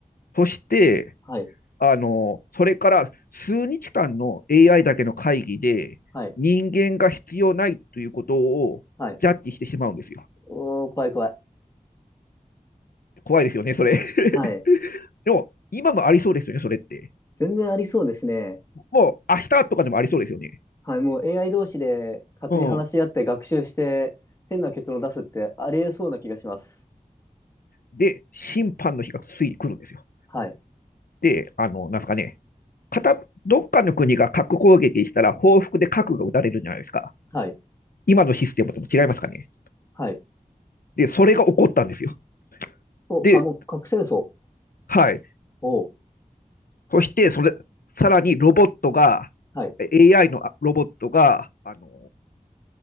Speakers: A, on the left; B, on the left.
A: そして、
B: はい、
A: あの、それから数日間の AI だけの会議で、
B: はい、
A: 人間が必要ないということをジャッジしてしまうんですよ。
B: はい。おー、怖い怖い。
A: 怖いですよね、それ。
B: はい。
A: <laughs> でも、今もありそうですよね、それって。
B: 全然ありそうですね。
A: もう、明日とかでもありそうですよね。
B: はい、もう AI 同士で勝手に話し合って学習して変な結論出すってありえそうな気がします。
A: うん。で、審判の日がついに来るんですよ。
B: はい、
A: で、あの、なんですかね、片どっかの国が核攻撃したら、報復で核が撃たれるじゃないですか。
B: はい、
A: 今のシステムとも違いますかね。
B: はい。
A: で、それが起こったんですよ。
B: お、
A: で、
B: かも、核戦争。
A: はい。
B: おう、
A: そして、それ、さらにロボットが、
B: はい。
A: AI のロボットが、あの、